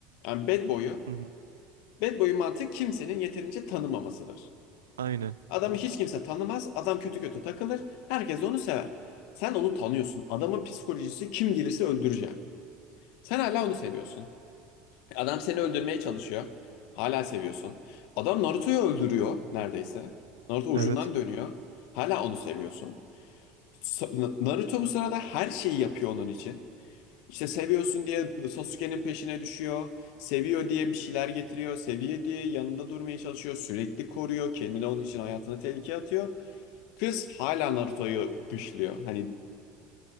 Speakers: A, on the left (about 65°); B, on the right (about 85°).
A: Yani Bad Boy'u
B: Hı hı.
A: Bad boy'un mantığı kimsenin yeterince tanımamasıdır.
B: Aynen.
A: Adamı hiç kimse tanımaz, adam kötü kötü takılır, herkes onu sever. Sen onu tanıyorsun. Adamın psikolojisi kim gelirse öldüreceğim. Sen hala onu seviyorsun. Adam seni öldürmeye çalışıyor. Hala seviyorsun. Adam Naruto'yu öldürüyor neredeyse. Naruto ucundan
B: Evet.
A: dönüyor. Hala onu seviyorsun. Sa- Na- Naruto bu sırada her şeyi yapıyor onun için. İşte seviyorsun diye Sasuke'nin peşine düşüyor. Seviyor diye bir şeyler getiriyor. Seviyor diye yanında durmaya çalışıyor. Sürekli koruyor. Kendini onun için hayatını tehlikeye atıyor. Kız hala Naruto'yu dışlıyor. Hani